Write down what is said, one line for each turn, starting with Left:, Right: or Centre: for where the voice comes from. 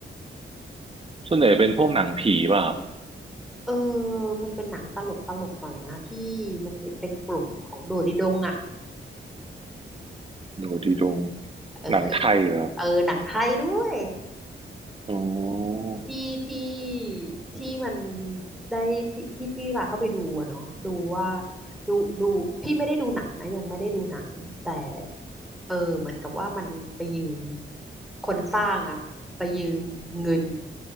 Right: ส่วนใหญ่เป็นพวกหนังผีป่ะครับ
Centre: เออมันเป็นหนังตลกตลกหน่อยนะที่มันเป็นกลุ่มของโดดิดงอะ
Right: ดูดีดง
Centre: เออ
Right: หนังไทยเหรอครับ
Centre: เออหนังไทยด้วย
Right: อ๋อ
Centre: ที่ที่ที่มันได้ที่พี่ที่ว่าเข้าไปดูอะเนาะดูว่าดูดูพี่ไม่ได้ดูหนังนะยังไม่ได้ดูหนังแต่เออเหมือนกับว่ามันไปยืมคนสร้างอะไปยืมเงิน